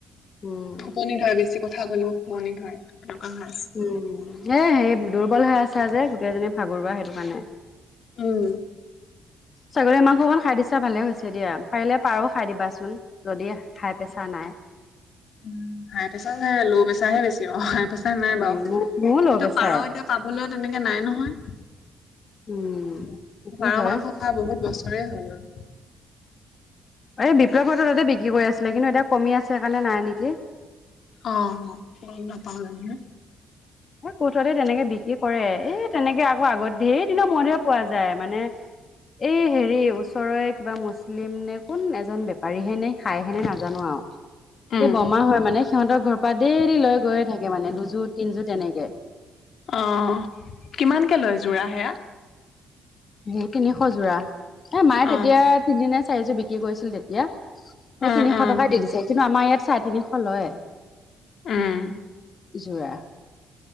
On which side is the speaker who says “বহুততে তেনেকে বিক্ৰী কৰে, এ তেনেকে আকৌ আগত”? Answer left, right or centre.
Left